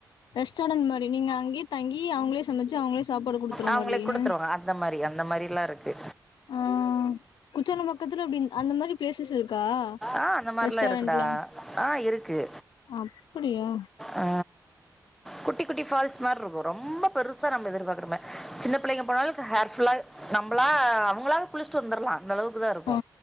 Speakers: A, on the left (about 80°); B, in the centre.
A: ரெஸ்டாரண்ட் மாரி நீங்க அங்கேயே தங்கி அவங்களே சமைச்சு அவங்களே சாப்பாடு குடுத்துற
B: அவங்களே
A: மாரின
B: குடுத்துருவாங்க அந்த மாரி அந்த மாரில்லாம் இருக்கு
A: ஆ குற்றாலம் பக்கத்துல அப்டி அந்த மாரி பிளேசஸ் இருக்கா
B: ஆ அந்த மாரில்லா
A: ரெஸ்டாரண்ட்லா
B: இருக்குடா ஆ இருக்கு
A: அப்டியா
B: ஆ குட்டி குட்டி ஃபால்ஸ் மாரி இருக்கும் ரொம்ப பெருசா நம்ம எதிர்பாக்க சின்ன புள்ளைங்க போனாலு ஹேர் ஃபுல்லா நம்ளா அவங்களால குளிச்சிட்டு வந்தர்லா அந்த அளவுக்கு தா இருக்கு
A: ஆ